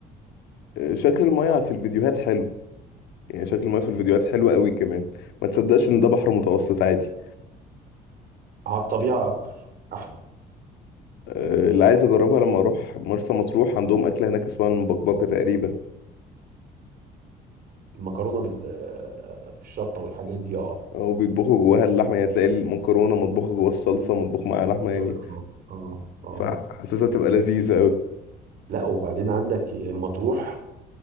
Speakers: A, on the left; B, on the right.
A: آه، شكل المياه في الفيديوهات حلو يعني شكل المياه في الفيديوهات حلو قوي كمان ما تصدقش ان ده بحر متوسط عادي
B: على الطبيعة أكتر أحلى
A: آه، اللي عايز اجربها لما اروح مرسى مطروح عندهم اكله هناك اسمها المبكبكه تقريبا
B: المكرونة بال آه، بالشطة والحاجات دي أه
A: آه، وبيطبخوا جواها اللحمه يعني تلاقي المكرونه مطبوخه جواها الصلصه
B: مم.
A: مطبوخ معاها لحمه يعني
B: آه. أه أه
A: فحاسسها تبقى لذيذه
B: لا وبعدين عندك مطروح